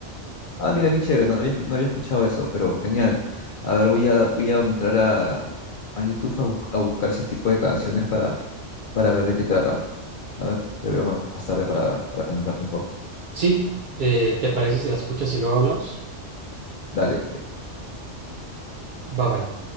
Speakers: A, on the left; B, on the right.
A: Ah, mira qué chévere, no había, escu- no había escuchado eso, pero genial. A ver, voy a, voy a entrar a, a YouTube a, bus- a buscar ese tipo de canciones para, para ver de qué trata. ¿vale? Te veo más tarde para, para comentarte un poco.
B: Sí, eh, ¿te parece si la escuchas y luego hablamos?
A: Dale.
B: Bye bye.